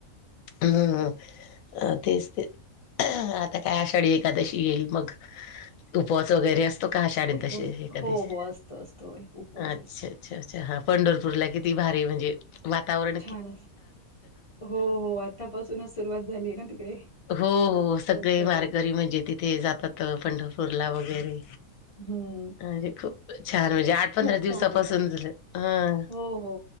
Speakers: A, on the left; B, on the left.
A: हम्म हम्म. अ तेच ते आता काय आषाढी एकादशी येईल मग उपवा स वगरै असतो का आषाढी
B: उपवास
A: दशी एकादशी
B: हो हो
A: ला
B: असतो असतो एक उपवास
A: अच्छा
B: असतो.
A: अच्छा हां
B: हम्म.
A: पंढर पुरला किती भारी म्हंजे वातावरण
B: छान हो हो आतापासूनच सुरुवात झाली आहे ना तिकडे.
A: हो हो सगळे
B: लवकरच
A: वारकरी म्हणजे तिथे जातात अ पंढरपूरला वगैरे.
B: हम्म.
A: अ म्हजे खूप छान म्हणजे आठ पंधरा
B: खूप
A: दिवसापासून
B: छान आहे
A: जातात हं
B: हो हो